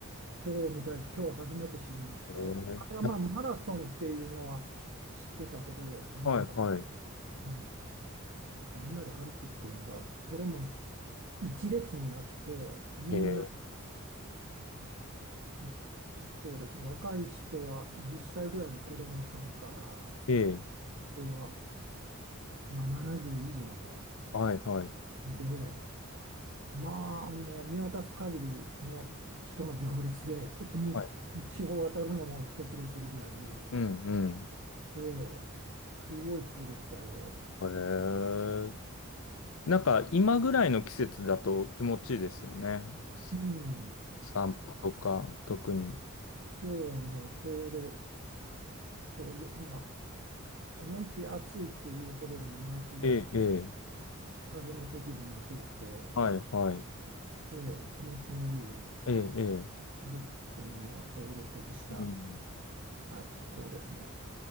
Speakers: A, on the right; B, on the left.
A: そうみたいです。今日初めて知りました。
B: え
A: あれはまあマラソンっていうのは知ってたけど、
B: え、
A: その、
B: はい、はい。
A: うんみんなで歩くっていうのが、それも一列になって、みんな、
B: ええ、
A: いそうですね、若い人は10歳ぐらいの子供さんから、あ
B: ええ、
A: とは、まあ、70以上の
B: はい、はい。
A: で、まあ、もう見渡す限りの人の行列で、ちょっと道、
B: はい。
A: 道を渡るのも一苦労するぐらい、
B: うん、うん。
A: ええ、すごい人でしたよ。
B: ええ、なんか、今ぐらいの季節だと気持ちいいですよね。す
A: うん、
B: 散歩とか、特に。
A: 今日はね、ちょうど、そうよ、まあ、思いっきり暑いっていうほどでもなく、
B: ええ、ええ、
A: 風も適度に吹いて、
B: はい、はい。
A: えー気持ちのいい、
B: ええ、ええ。
A: 歩くのにはちょうど適した、
B: うん
A: はい、気候ですね。